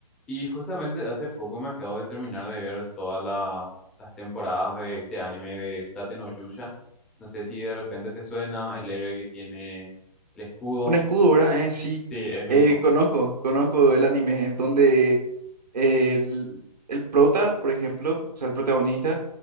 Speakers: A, in the centre; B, on the right (about 80°).
A: Y justamente hace poco me acabo de terminar de ver todas la- las temporadas de este anime de Tate no Yusha. No sé si de repente te suena el héroe que tiene el escudo.
B: Un escudo, ¿verdad? Eh, sí,
A: Sí, él mismo.
B: Eh, conozco, conozco el anime donde eh, el, el prota, por ejemplo, o sea, el protagonista,